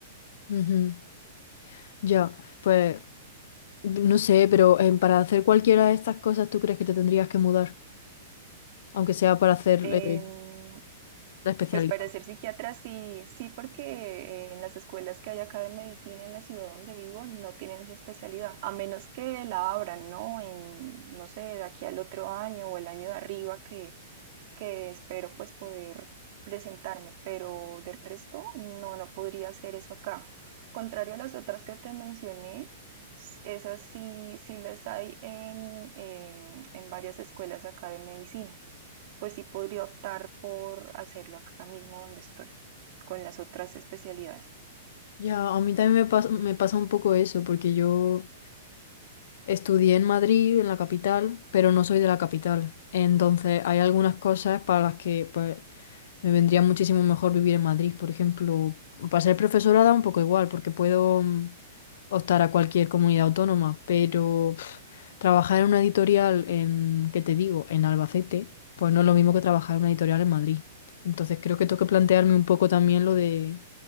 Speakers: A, on the left (about 55°); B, on the right (about 35°).
A: ujú. Ya, pues, no sé, pero eh, para hacer cualquiera de estas cosas, ¿tú crees que te tendrías que mudar? aunque sea para hacer
B: Em,
A: eh, la especialidad.
B: pues para ser psiquiatra sí, sí, porque eh, en las escuelas que hay acá de medicina en la ciudad donde vivo no tienen esa especialidad, a menos que la abran, ¿no? En, no sé, de aquí al otro año o el año de arriba que que espero pues poder presentarme, pero de resto no, no podría hacer eso acá. Contrario a las otras que te mencioné, s- esas sí, sí las hay en, en, en varias escuelas acá de medicina. Pues sí podría optar por hacerlo acá mismo donde estoy, con las otras especialidades.
A: Ya, a mí también me pasa, me pasa un poco eso, porque yo Estudié en Madrid, en la capital, pero no soy de la capital. Entonces, hay algunas cosas para las que pues, me vendría muchísimo mejor vivir en Madrid. Por ejemplo, para ser profesora da un poco igual, porque puedo mm, optar a cualquier comunidad autónoma, pero pf, trabajar en una editorial en, ¿qué te digo?, en Albacete, pues no es lo mismo que trabajar en una editorial en Madrid. Entonces, creo que tengo que plantearme un poco también lo de